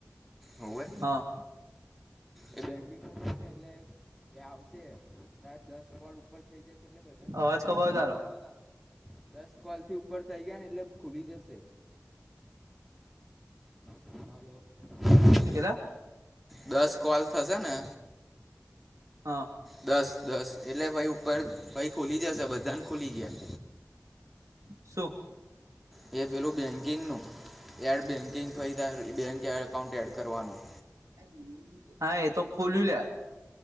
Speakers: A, in the centre; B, on the right.
A: હોવે.
B: હા
A: એ બેંકિંગનું છેને એટલે. એ આવશે દસ કોલ ઉપર થઈ જશે એટલે બધાને ખુલી
B: અવાજ
A: જવા
B: કપાયો તારો
A: કાવો. દસ કોલ થી ઉપર થઇ ગયા ને એટલે ખુલી જશે. <inaudible>
B: કેટલા.
A: દસ કોલ થશે ને.
B: હા
A: દસ દસ એટલે ભાઈ ઉપર ભાઈ ખોલી જશે બધાને ખોલી ગયા.
B: શું.
A: એ પેલું બેન્કિંગનું એડ બેન્કિંગ થઈ ત બેંક એકાઉન્ટ એડ કરવાનું.
B: <inaudible> હા એ તો ખોલયુ અલ્યા